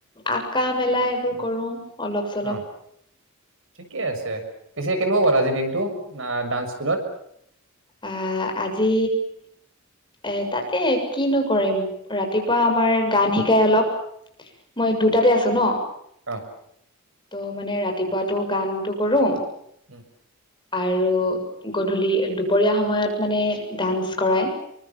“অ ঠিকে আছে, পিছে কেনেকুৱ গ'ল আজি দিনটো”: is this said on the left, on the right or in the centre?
Right